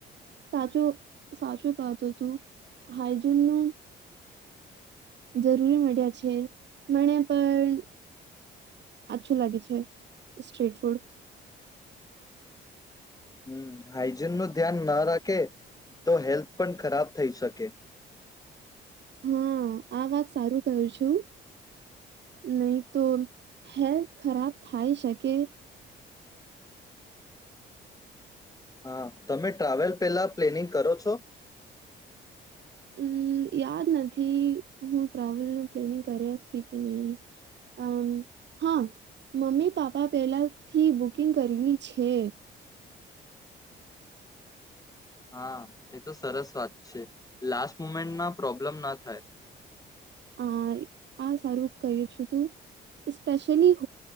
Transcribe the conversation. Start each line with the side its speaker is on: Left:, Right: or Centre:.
Right: સાચું સાચું વાત હતું સ્વચ્છતા નું જરૂરી મળ્યા છે, મને પણ આછું લાગે છે, સ્ટ્રીટ ફૂડ
Left: હ હાઈજીન નું ધ્યાન ના રાખે તો આરોગ્ય પણ ખરાબ થઈ શકે
Right: હા આ વાત સારું કું છું નહી તો હેલ્થ ખરાબ થાય શકે.
Left: હા તમે ટ્રાવેલ પેલા આયોજન કરો છો?
Right: હમ યાદ નથી હું ટ્રાવેલનું આયોજન કર્યા કે નહી અમ હા મમ્મી પાપા પહેલાથી બુકિંગ કરલી છે.
Left: હા એ તો સરસ વાત છે, છેલ્લી ઘડીની સમસ્યા ના થાય.
Right: અ આ સારું કહ્યું છું તું રજાઓની